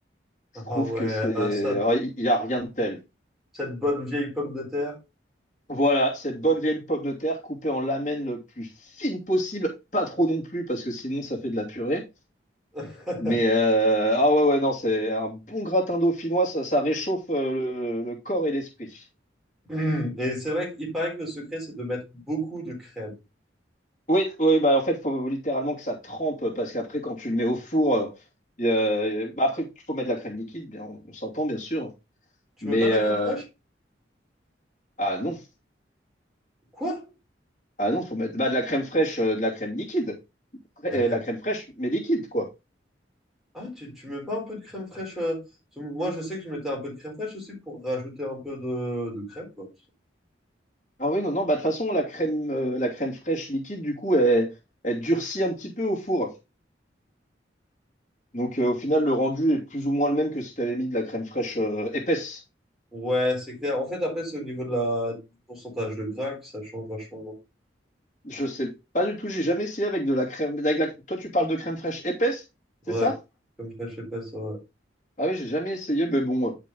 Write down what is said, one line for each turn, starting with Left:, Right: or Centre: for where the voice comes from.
Left: je trouve
Centre: Ah ouais.
Left: que c'est,
Centre: Ah, ça,
Left: alors, il n'y a rien de tel.
Centre: cette bonne vieille pomme de terre.
Left: Voilà, cette bonne vieille pomme de terre coupée en lamelles le plus fine possible, pas trop non plus, parce que sinon ça fait de la purée.
Centre: <laughs>
Left: Mais euh, ah ouais, ouais, non, c'est un bon gratin dauphinois, ça, ça réchauffe euh, le, le corps et l'esprit.
Centre: Hum, Et c'est vrai qu'il paraît que le secret, c'est de mettre beaucoup de crème.
Left: Oui, oui, bah en fait, faut littéralement que ça trempe, parce qu'après, quand tu le mets au four, euh, y a- bah, après, il faut mettre de la crème liquide, bien, on, on s'entend bien sûr.
Centre: Tu
Left: Mais
Centre: mets pas de la
Left: euh,
Centre: crème fraîche?
Left: ah non,
Centre: Quoi?
Left: ah non, faut mettre bah, de la crème fraîche, euh, de la crème liquide,
Centre: De La
Left: Euh,
Centre: crème.
Left: la crème fraîche, mais liquide, quoi.
Centre: Ah, tu, tu mets pas un peu de crème fraîche? euh, parce que Moi, je sais que je mettais un peu de crème fraîche aussi pour rajouter un peu de, de crème, quoi.
Left: Ah oui, non, non, bah de toute façon, la crème, euh, la crème fraîche liquide, du coup, elle, elle durcit un petit peu au four. Donc euh, au final, le rendu est plus ou moins le même que si tu avais mis de la crème fraîche euh, épaisse.
Centre: Ouais, c'est clair. En fait, après, c'est au niveau de la... du pourcentage de gras que ça change vachement, non?
Left: Je sais pas du tout, j'ai jamais essayé avec de la crème. avec la- Toi, tu parles de crème fraîche épaisse, c'est
Centre: Ouais,
Left: ça?
Centre: comme ça, je fraîche épaisse, ouais.
Left: Ah oui, j'ai jamais essayé, mais bon, euh,